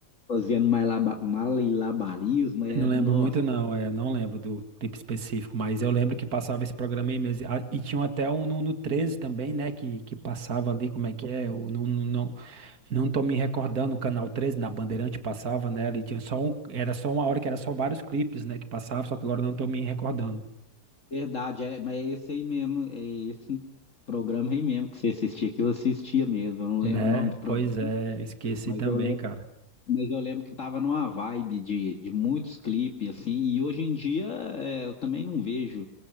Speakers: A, on the left (about 50°); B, on the right (about 65°).
A: fazendo malaba- malabarismo, era,
B: Não lembro
A: nossa,
B: muito, não. É, não lembro do clipe específico, mas eu lembro que passava esse programa aí mesmo. Ah, E tinha até um no, no 13 também, né? Que, que passava ali, como é que é? Eu não, não, não, não tô me recordando, o canal 13 na Bandeirante passava, né? Ali tinha só um, era só uma hora que era só vários clipes, né? Que passava, só que agora eu não tô me recordando.
A: verdade, é, mas é esse aí mesmo, é esse programa aí mesmo que você assistia, que eu assistia mesmo, eu não lembro
B: Né?
A: o nome do programa,
B: Pois é, esqueci
A: mas
B: também,
A: eu lembro
B: cara.
A: Mas eu lembro que tava numa vibe de, de muitos clipes, assim, e hoje em dia é, eu também não vejo